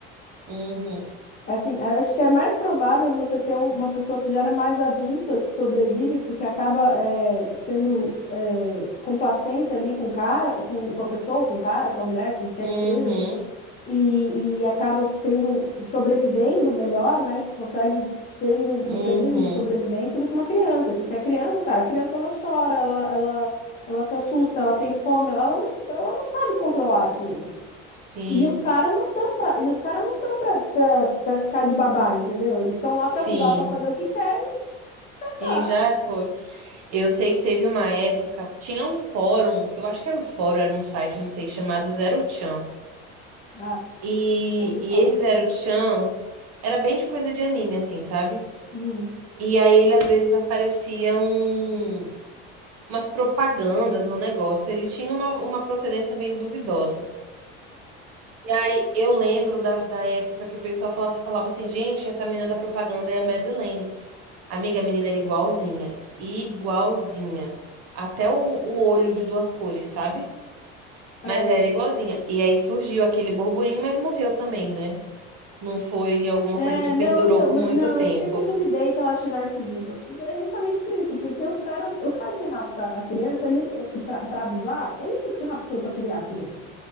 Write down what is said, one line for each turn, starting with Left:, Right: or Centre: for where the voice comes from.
Right: Uhum.
Left: Assim, acho que é mais provável você ter um- uma pessoa que já era mais adulta, que sobrevive, porque acaba eh, sendo eh, complacente ali com o cara, com, com a pessoa, com o cara, com a mulher, com o que quer
Right: Uhum.
Left: que seja, e, e acaba tendo, sobrevivendo melhor, né? Que consegue tendo um mecanismo
Right: Uhum.
Left: de sobrevivência do que uma criança, porque a criança, cara, a criança ela chora, ela, ela, ela se assusta, ela tem fome, ela, ela não, ela não sabe controlar aquilo.
Right: Sim.
Left: E os caras não estão pra, e os cara não estão pra, pra, pra ficar de babá, entendeu? Eles estão lá
Right: Sim.
Left: pra usar, pra fazer o que quer e
Right: E
Left: tá.
Right: já foi. Eu sei que teve uma época, tinha um fórum, eu acho que era um fórum, era um site, não sei, chamado Zero Chan.
Left: Ah, que
Right: E,
Left: eu ouvi
Right: e
Left: falar.
Right: esse Zero Chan era bem de coisa de anime, assim, sabe?
Left: Hum.
Right: E aí ele às vezes aparecia um, umas propagandas, um negócio. Ele tinha uma, uma procedência meio duvidosa. E aí eu lembro da, da época que o pessoal falava, falava assim, gente, essa menina da propaganda é a Madeleine. Amiga, a menina era igualzinha. Igualzinha. Até o, o olho de duas cores, sabe?
Left: É,
Right: Mas era igualzinha. E aí surgiu aquele burburinho, mas morreu também, né? Não foi alguma
Left: é,
Right: coisa que perdurou
Left: não, então,
Right: por
Left: mas,
Right: muito
Left: não,
Right: tempo.
Left: eu sempre duvidei que ela estivesse viva. É justamente por isso, porque os cara, o cara que rapta a criança, ele, eh, pra, pra abusar, ele não raptou pra criar a criança.